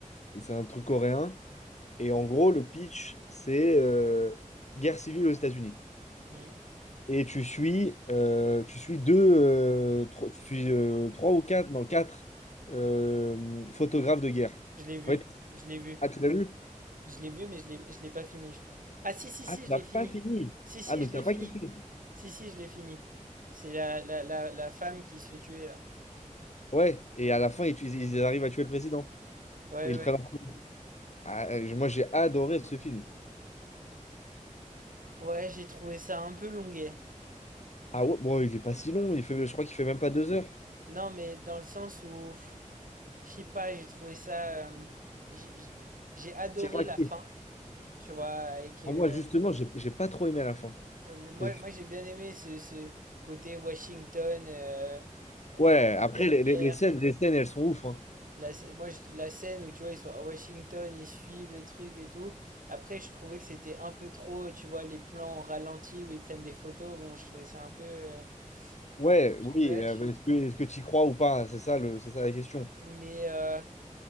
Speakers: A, on the left (about 55°); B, on the right (about 85°).
A: c'est un truc coréen. Et en gros, le pitch, c'est euh, guerre civile aux États-Unis.
B: mhm.
A: Et tu suis, euh, tu suis deux, euh, trois, tu suis, euh, trois ou quatre, non, quatre euh, photographes de guerre.
B: Je l'ai vu,
A: En fait,
B: je l'ai vu.
A: ah, tu l'as vu?
B: Je l'ai vu, mais je l'ai, je l'ai pas fini, je crois. Ah, si, si, si,
A: Ah, tu
B: je
A: n'as
B: l'ai
A: pas
B: fini.
A: fini.
B: Si, si,
A: Ah, donc
B: je l'ai
A: tu n'as
B: fini.
A: pas kiffé.
B: Si, si, je l'ai fini. C'est la, la, la, la femme qui se fait tuer, là.
A: Ouais, et à la fin, ils, tu- ils arrivent à tuer le président.
B: Ouais,
A: Et ils
B: ouais.
A: prennent. Ah, moi, j'ai adoré ce film.
B: Ouais, j'ai trouvé ça un peu longuet.
A: Ah ouais, bon, il est pas si long. Il fait, je crois qu'il fait même pas deux heures.
B: Non, mais dans le sens où, pff, je sais pas, j'ai trouvé ça. euh, j'ai j'ai- j'ai adoré
A: Tiens, la
B: la
A: crue.
B: fin, tu vois. Avec, euh,
A: Ah, moi, justement, j'ai j'ai pas trop aimé à la fin.
B: le- moi,
A: C'est-
B: moi j'ai bien aimé ce, ce côté Washington euh, euh,
A: Ouais,
B: en
A: après,
B: pleine
A: les,
B: guerre.
A: les- les scènes, les scènes, elles sont ouf. hein.
B: La, sc- moi, je- la scène où, tu vois, ils sont à Washington, ils suivent le truc et tout. Après, je trouvais que c'était un peu trop, tu vois, les plans en ralenti où ils prennent des photos. Bon, je trouvais ça un peu, euh,
A: Ouais,
B: un peu
A: oui.
B: too much.
A: euh, est-ce que, est-ce que tu y crois ou pas? C'est ça, le, c'est ça la question.
B: Mais, euh,